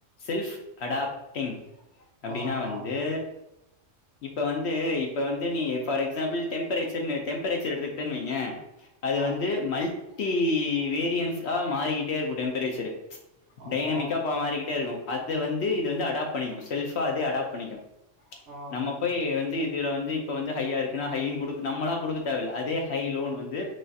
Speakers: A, on the left (about 65°); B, on the right (about 55°).
A: செல்ஃப் அடாப்டிங் அப்டின்னா
B: ஆ
A: வந்து
B: ஆ
A: இப்ப வந்து இப்ப வந்து நீ ஃபார் எக்ஸாம்பிள் டெம்பரேச்சர்னு டெம்பரேச்சர் எடுத்துக்கிட்டேன்னு வையேன் அது
B: ஆ
A: வந்து மல் ட்டி வேரியன்ஸா மாறிக்கிட்டே இருக்கும் டெம்பரேச்சரரு
B: ஆமா
A: டைனமிக்கா பா மாறிக்கிட்டே இருக்கு அத் து இது வந்து அடாப் பண்ணிக்கு செல்ஃபா அதே அடாப் பண்ணிக்கு
B: ஆ
A: நம்ம போய் வந் ட்டு இதுல வந்து இப்ப வந்து ஹையா இருக்குன்னா ஹைன்னு குடுக் நம்மளா குடுக்க தேவைல்ல அதே ஹை லோ ன்னு வந்து